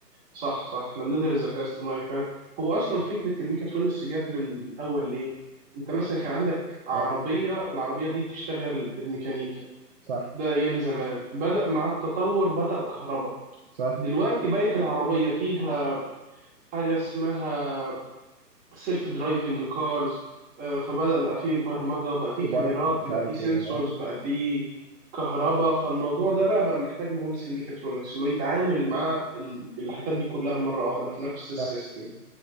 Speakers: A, on the right; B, on the right.
A: صح صح احنا بندرس ذكاء اصطناعي فعلا هو اصلا فكرة الميكاترونكس جت من الاول ليه؟ انت مثلا كان عندك عربية
B: اه
A: العربية دي بتشتغل بالميكانيكا
B: صح
A: ده ايام زمان بدأ مع التطور بدأ كهرباء
B: صح
A: دلوقتي بقت العربية فيها حاجة اسمها سيلف درايفنج كارز فبدأ بقى فيه برمجة بقى فيه
B: وبرق
A: كاميرات
B: ومش
A: بقى
B: عارف
A: فيه سنسورز
B: ايه اه
A: بقى فيه كهرباء فالموضوع ده بقى بقى محتاج مهندس الميكاترونكس اللي هو يتعامل مع ال- الحاجات دي كلها مرة واحدة في نفس السيستم
B: صح